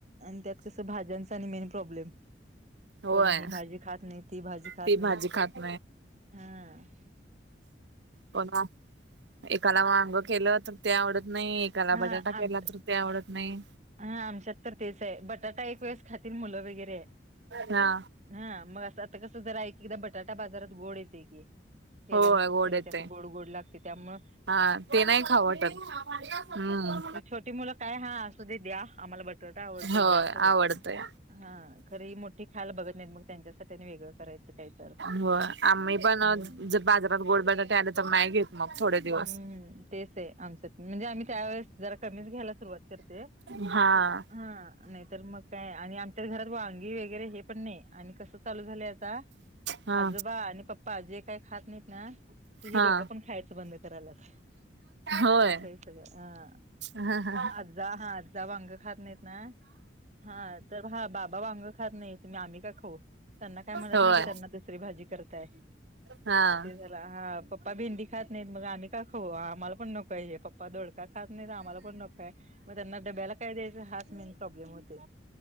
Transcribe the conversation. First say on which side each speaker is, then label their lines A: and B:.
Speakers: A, on the right; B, on the right.
A: आणि त्यात कसं भाज्यांचा आणि मेन प्रॉब्लेम
B: होय
A: कोणीही भाजी खात नाही ती भाजी खात
B: ती
A: नाही
B: भाजी खात
A: हम
B: पण एकाला वांग केलं तर ते आवडत नाही कला
A: हा
B: बटाटा
A: आम
B: केला तर ते आवडत नाही
A: हा आमच्यात तर तेच आहे बटाटा एक वेळेस खातील मुलं वगैरे आहे
B: हा
A: हा मग अस आता कसं जरा आहे की एकदा बटाटा बाजारात गोड येते की केल्यानंतर
B: होय गोड
A: सगळं
B: येतय
A: जास्त गोड गोड लागते त्यामु
B: हा ते नाही खावटत हम्म
A: ती छोटी मुलं काय हा असू दे द्या आम्हाला बटाटा आवडते
B: होय
A: द्या करून
B: आवडतय
A: हा खरं ही मोठी खायला बघत नाहीत मग त्यांच्यासाठी आणि वेगळं करायचं काही तर
B: हो आम्ही पण
A: हम्म
B: जर बाजारात गोडबटाटे आला नाही घेत मग थोडे दिवस.
A: हम्म तेच आहे आमच म्हणजे आम्ही त्यावेेळेस जरा कमीच घ्यायला सुरुवात करते
B: हा
A: हा नाहीतर मग काय आणि आमच्या घरात वांगी वगैरे हे पण नाही आणि कसं चालू झालंय आता
B: हा
A: आजोबा आणि पप्पा जे काही खात नाहीत ना ते ही
B: हा
A: दोघं पण खायचं बंद करायलाच
B: होय.
A: ह सई सग हह
B: हा हा.
A: अजज हा झ वांग खात नाहीत ना हा तर हा बाबा वांग खात नाहीुम्ही आम्ही का खाऊ त्यांना काय म्हणत
B: होय
A: नाही की त्यांना दुसरी भाजी करताय
B: हा.
A: ते झाला हा पप्पा भेंडी खात नाहीत मग आम्ही का खऊ आम्हाला पण नको आहे हे पप्पा दोडका खात नाहीत आ्हाला पण नको आहे मग त्यांना डब्याला काय द्यायचं हाच मेन प्रॉब्लेम होते